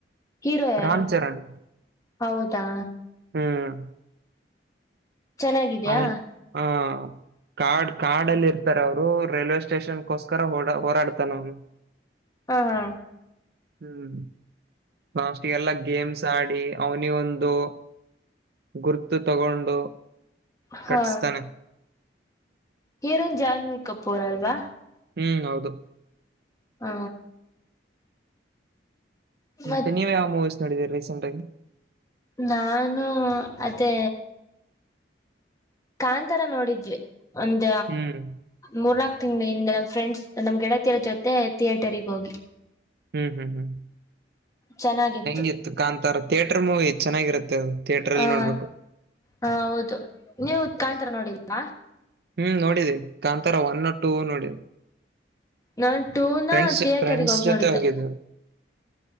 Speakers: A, on the left (about 20°); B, on the right (about 55°).
A: ಹೀರೋ ಯಾರು
B: ರಾಮ್ ಚರಣ್.
A: ಹೌದಾ
B: ಹ್ಮ್.
A: ಚೆನ್ನಾಗಿದ್ಯಾ
B: ಅವನ್ ಆ ಕಾರ್ಡ್ ಕಾಡಲ್ಲಿ ಇರ್ತಾರ ಅವರು ರೈಲ್ವೆ ಸ್ಟೇಷನ್ಕೋಸ್ಕರ ಓಡ ಹಓರಾಡ್ತಾನ ಅವ್ನು
A: ಹಾ ಹಾ
B: ಹ್ಮ್ ಲಾಸ್ಟ್ ಇರ್ಲ್ಲ ಗೇಮ್ಸ್ ಆಡಿ ಅವನಿ ಒಂದು ಗುರುತು ತಗೊಂಡು
A: ಹಾ
B: ಕಟ್ಸ್ತಾನೆ.
A: ಹಿರನ್ ಜಾನ್ವಿ ಕಪೂರ್ ಅಲ್ವಾ
B: ಹ್ಮ್ ಹೌದು
A: ಹ್ಮ ಮತ್
B: ಮತ್ತತ್ತನವ ಯಾವ ಮೂವಿಸ್ ನೋಡಿದ ರೀಸೆಂಟಗಿ
A: ನಾನು ಅದೇ ಕಾಂತರ ನೋಡಿದ್ವಿ ಒಂದ
B: ಹ್ಮ್
A: ಮೂರ್ನಾಾಕ್ ತಿಂಗಳಿಂದ ನಮ್ ಫ್ರೆಂಡ್ಸ್ ನಮ್ ಗೆಳತಿಯರ ಜೊತೆ ಥಿಯೇಟರ್ಗ ಹೋಗಿ
B: ಹ್ಮ್ ಹ್ಮ್
A: ಚೆನ್ನಾಗಿತ್ತು
B: ಹೆಂಗಿತ್ತು ಕಾಂತಾರ ಥಿಯೇಟರ್ ಮೂವಿ ಚೆನ್ನಾಗಿರುತ್ತೆ ಥಿಯೇಟರ್ ಅಲ್ಲಿ
A: ಹ
B: ನೋಡ್ಬೇಕು
A: ಹ ಹೌದು ನೀವು ತಾಂತರ ನೋಡಿಲ್ವಾ
B: ಹ್ಮ್ ನೋಡಿದೆ ಕಾಂತರ ಒನ್ ನೋ ಟೂ ನೋಡಿದೆ
A: ನಾನ್ ಟೂನ
B: ್ರೆಂಡ್ಸ್
A: ಥಿಯೇಟರ್ಗೆ
B: ಫ್ರೆಂಡ್ಸ್
A: ಹೋಗಿ
B: ಜೊತೆ
A: ನೋಡಿದ್ದೆ
B: ಹೋಗಿದ್ದ